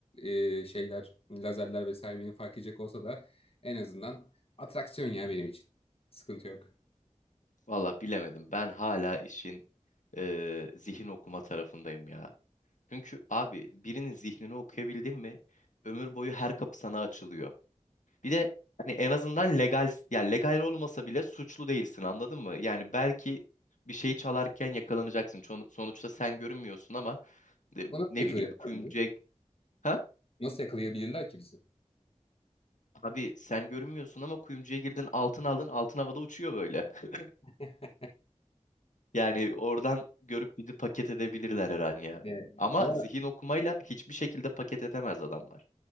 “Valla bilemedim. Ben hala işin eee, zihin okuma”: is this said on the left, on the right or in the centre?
Left